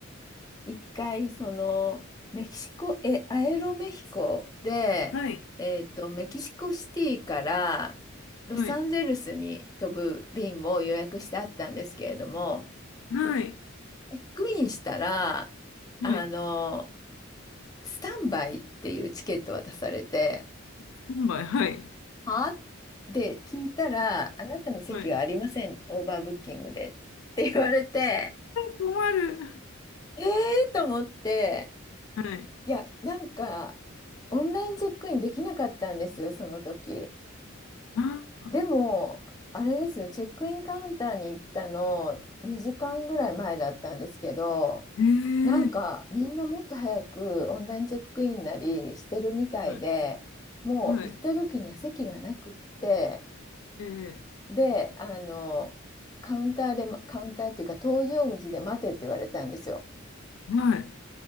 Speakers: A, on the left; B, on the left.
A: 一回そのメキシコ、え、アエロメヒコで、
B: はい。
A: えっと、メキシコシティからロサンゼルスに飛ぶ便を予約してあったんですけれども、
B: はい。はい。
A: チェックインしたら、
B: はい。
A: あの、スタンバイっていうチケット渡されて、
B: スタンバイ。はい。
A: はで、聞いたら、あなたの席はありません、
B: はい。
A: オーバーブッキングでって言われて、
B: 困る。
A: えーと思って、
B: はい。
A: いや、なんか、オンラインチェックインできなかったんですよ、その時。
B: ああ。
A: でも、あれですよ、チェックインカウンターに行ったの2時間ぐらい前だったんですけど、
B: え
A: なんかみんなもっと早くオンラインチェックインなりしてるみたいで、
B: え。はい。
A: もう行った時には席がなくって、
B: はい。ええ。
A: で、あの、カウンターで、カウンターっていうか、搭乗口で待てって言われたんですよ。
B: はい。